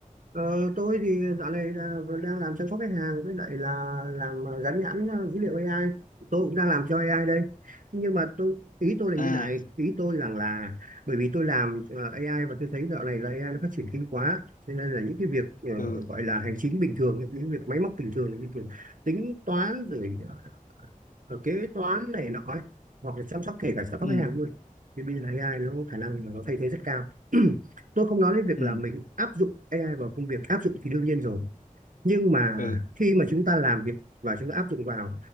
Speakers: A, on the right; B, on the left.
A: Ờ, tôi thì dạo này là- đang làm chăm sóc khách hàng với lại là làm gắn nhãn ờ, dữ liệu AI. Tôi cũng đang làm cho AI đây. Nhưng mà tôi ý tôi là
B: À.
A: như này, ý tôi rằng là bởi vì tôi làm ờ, AI và tôi thấy dạo này là AI nó phát triển kinh quá, cho nên là những cái việc ờ,
B: ừ
A: gọi là hành chính bình thường, những việc máy móc bình thường như kiểu tính toán rồi ờ, ở kế toán này nọ ấy, hoặc là chăm sóc kể cả chăm sóc
B: ừ
A: khách hàng luôn thì bây giờ AI nó có khả năng là nó thay thế rất cao <clears throat> tôi không nói đến việc
B: ừ
A: là mình áp dụng AI vào công việc áp dụng thì đương nhiên rồi nhưng mà
B: ừ
A: khi mà chúng ta làm việc và chúng ta áp dụng vào